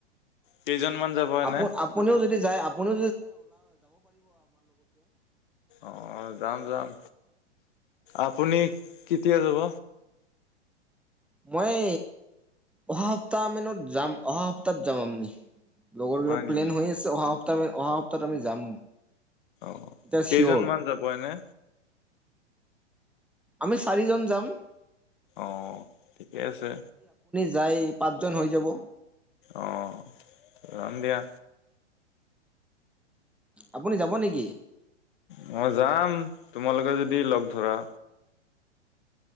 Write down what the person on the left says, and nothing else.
কেইজনমান যাব এনে
অ', যাম যাম আপুনি কেতিয়া যাব?
হয় নেকি?
অ',
কেইজনমান
যাব এনে?
অ', ঠিকেই আছে।
অ', যাম দিয়া।
মই যাম তোমালোকে যদি লগ ধৰা